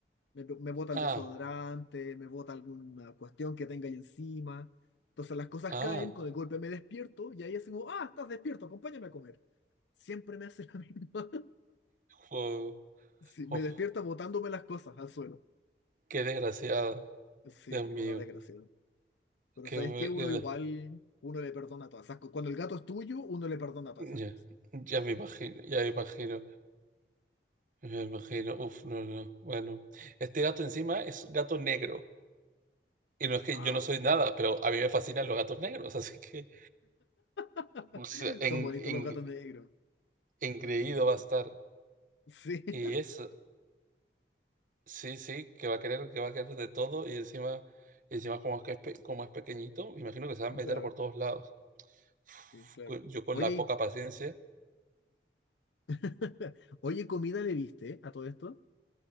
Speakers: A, on the left; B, on the right.
A: me, me bota el
B: Ah,
A: desodorante, me bota alguna cuestión que tenga ahí encima. Entonces las cosas
B: ah.
A: caen, con el golpe me despierto y ahí es como, ah, estás despierto, acompáñame a comer. Siempre me hace la <laughs> misma.
B: Wow.
A: Sí, me
B: Uf.
A: despierta botándome las cosas al suelo.
B: Qué desgraciada,
A: Sí,
B: Dios
A: es
B: mío.
A: una desgracia. Pero
B: Qué
A: ¿sabes
B: bu-
A: qué? Uno
B: qué
A: igual,
B: de-
A: uno le perdona todas esas cosas. Cuando el gato es tuyo, uno le perdona todas esas
B: ya,
A: cosas.
B: ya me imagino, ya me imagino, ya me imagino. Uf, no, no. Bueno, este gato encima es un gato negro. Y no es que
A: Ah,
B: yo no soy nada, pero a mí me fascinan los gatos negros, así que
A: <laughs>
B: o sea, en,
A: son bonitos
B: en-
A: los gatos negros.
B: engreído
A: Me gustan.
B: va a estar.
A: Sí, <laughs>
B: Y eso, sí, sí, que va a querer, que va a querer de todo. Y encima, y encima como es que es, pe- como es pequeñito, me imagino que se va a meter
A: claro,
B: por todos lados. Uf,
A: sí, claro.
B: cu- yo con
A: Oye,
B: la poca paciencia,
A: <laughs> Oye, comida le diste a todo esto.